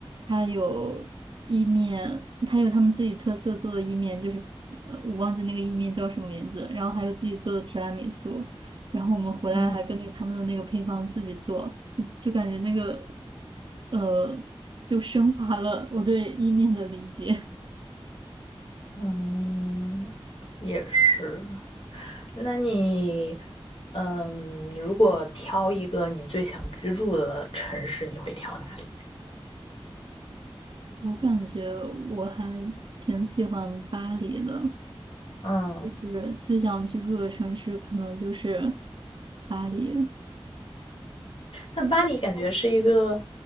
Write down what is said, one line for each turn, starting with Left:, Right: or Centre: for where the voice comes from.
Right: 它有意面，它有他们自己特色做的意面，就是呃，我忘记那个意面叫什么名字，然后还有自己做的提拉米苏，然后我们回来还根据他们的那个配方自己做，
Left: 嗯
Right: 就就感觉那个呃，就升华了我对意面的理解。
Left: 嗯，也是。那你，嗯，如果挑一个你最想居住的城市，你会挑哪里？
Right: <laughs> 我感觉我还挺喜欢巴黎的。
Left: 嗯，
Right: 就是最想居住的城市可能就是巴黎。
Left: 那巴黎感觉是一个，
Right: 我